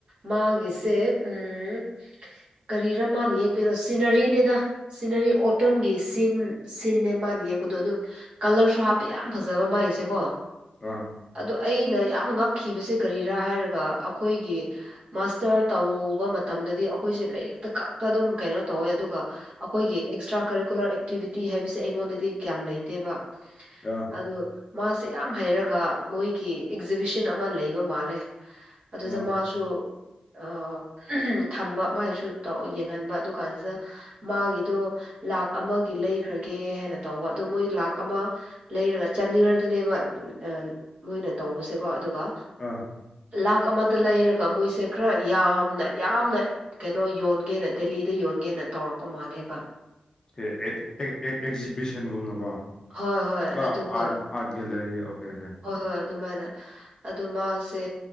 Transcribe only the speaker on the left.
ꯑꯥ
ꯑ
ꯑꯥ
ꯑꯥ
ꯑꯦ ꯑꯦꯛ ꯑꯦꯛ ꯑꯦꯛ ꯑꯦꯛꯖꯤꯕꯤꯁꯟꯒꯨꯝꯅꯀꯣ
ꯑ
art art gallery okay okay